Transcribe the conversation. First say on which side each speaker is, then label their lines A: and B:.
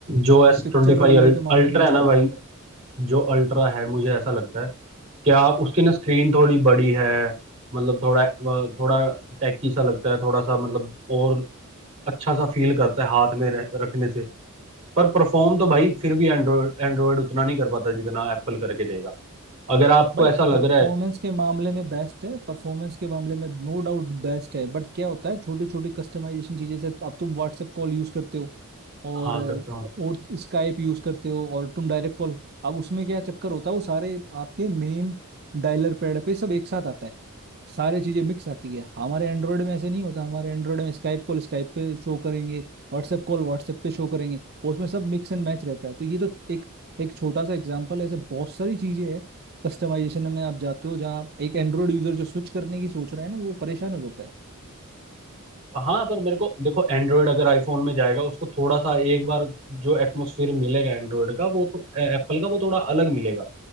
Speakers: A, on the right (about 30°); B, on the right (about 45°).
A: जो एस
B: पिक्चर
A: ट्वेंटी फाइव
B: और वीडियो के मामले
A: अल्ट्रा
B: में मस्त
A: है ना
B: है
A: भाई जो अल्ट्रा है मुझे ऐसा लगता है क्या उसकी ना स्क्रीन थोड़ी बड़ी है मतलब थोड़ा वह थोड़ा टैकी सा लगता है थोड़ा सा मतलब और अच्छा सा फील करता है हाथ में रह- रखने से पर परफॉर्म तो भाई फिर भी एंड्रॉयड एंड्रॉयड उतना नहीं कर पाता जितना एप्पल करके देगा अगर आपको
B: भाई
A: ऐसा लग
B: परफॉर्मेंस
A: रहा है
B: के मामले में बेस्ट है परफॉर्मेंस के मामले में नो डाउट बेस्ट है बट क्या होता है छोटी छोटी कस्टमाइजेशन चीजें से अब तुम व्हाट्सएप कॉल यूज करते हो और
A: हाँ करता हूँ
B: और स्काइप यूज करते हो और तुम डायरेक्ट कॉल अब उसमें क्या चक्कर होता है वो सारे आपके मेन डायलर पैड पे सब एक साथ आता है सारी चीजें मिक्स आती है हमारे एंड्रॉयड में ऐसे नहीं होता हमारे एंड्रॉयड में स्काइप कॉल स्काइप पे शो करेंगे व्हाट्सएप कॉल व्हाट्सएप पे शो करेंगे और उसमें सब मिक्स एंड मैच रहता है तो ये तो एक एक छोटा सा एग्जाम्पल है ऐसे बहुत सारी चीजें हैं कस्टमाइजेशन में आप जाते हो जहाँ एक एंड्रॉइड यूजर जो स्विच करने की सोच रहा है ना वो परेशान हो जाता है
A: हाँ पर मेरे को देखो एंड्रॉयड अगर आईफोन में जाएगा उसको थोड़ा सा एक बार जो एटमोसफियर मिलेगा एंड्रॉयड का वो एप्पल का वो थोड़ा अलग मिलेगा